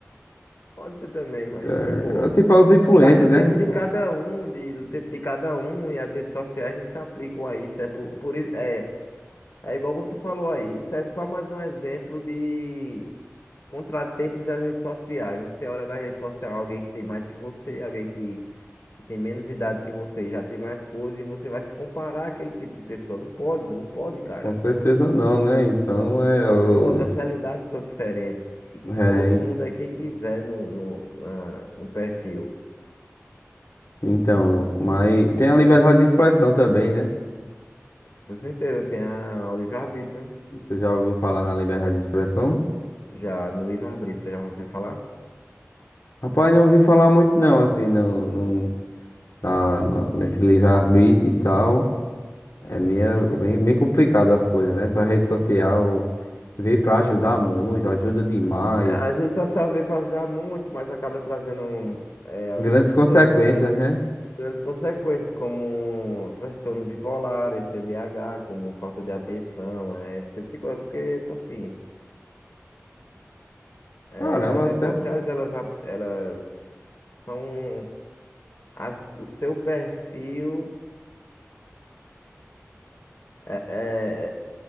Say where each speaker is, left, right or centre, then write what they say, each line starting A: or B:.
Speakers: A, on the left; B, on the left.
A: Pode ser também, mas
B: É,
A: tipo,
B: é tipo, aos influencers,
A: vai do
B: né?
A: tempo
B: Tipo,
A: de cada um, de, do tempo de cada um, e as redes sociais não se aplicam a isso. É por, por isso, é, é igual você falou aí, isso é só mais um exemplo de Contratempos das redes sociais. Você olha na rede social alguém que tem mais que você, alguém que, que tem menos idade que você, e já tem mais coisas, e você vai se comparar àquele tipo de pessoa. Não pode, não pode, cara.
B: Com certeza não, né? Então, é, o
A: Não pode, as realidades são diferentes.
B: é,
A: Todo mundo é quem quiser no, no, na- no perfil.
B: então, mas tem a liberdade de expressão também, né?
A: Com certeza, tem a, o livre-arbítrio, né?
B: Você já ouviu falar na liberdade de expressão?
A: Já no livre-arbítrio, você já ouviu falar?
B: Rapaz, não ouvi falar muito não, assim, não, não, na- na- nesse livre-arbítrio e tal. É meio, meio, meio complicado as coisas, né? Essa rede social veio pra ajudar muito, ajuda demais.
A: Ah, A rede social veio para ajudar muito, mas acaba trazendo eh, algumas
B: Grandes consequências,
A: coisas, como esse
B: né?
A: tipo, grandes consequências, como transtorno transtornos bipolares, TDAH, como falta de atenção, eh, esse tipo de coisa. Porque, tipo assim, eh,
B: Caramba,
A: as redes
B: até.
A: sociais, elas, ap- elas são as, o seu perfil, eh, eh,